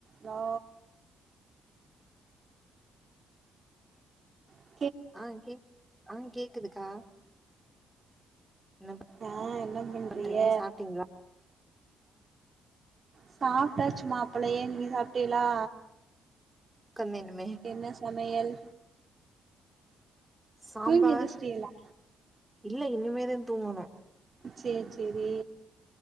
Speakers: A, on the right; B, in the centre.
A: hello கி
B: ஆ கேக் ஆ கேக்குதுக்கா என்ன
A: ஆ என்ன பண்றிய
B: பண்றீங்க சாப்பிட்டீங்களா
A: சாப்பிட்டாச்சுமா அப்பலையே நீங்க சாப்பிட்டேலா
B: <unintelligible>
A: என்ன சமையல்
B: சாம்பார்
A: தூங்கி எந்திரிச்சிட்டீகளா
B: இல்ல இனிமேதான் தூங்கணும்
A: சேரி சேரி